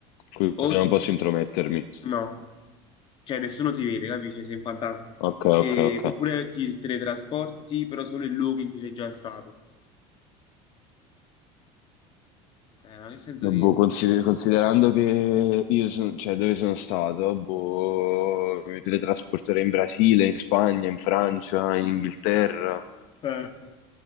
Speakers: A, on the left; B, on the left.
A: Quindi
B: o
A: non posso intromettermi.
B: no, cioè nessuno ti vede, capisci? Sei un fantasma.
A: Ok, ok,
B: E-
A: ok.
B: Oppure ti teletrasporti però solo in luoghi in cui sei già stato. Eh, ma che senso
A: Boh,
B: di...
A: consider- considerando che io sono, cioè dove sono stato, boh, mi teletrasporterei in Brasile, in Spagna, in Francia, in Inghilterra.
B: Eh.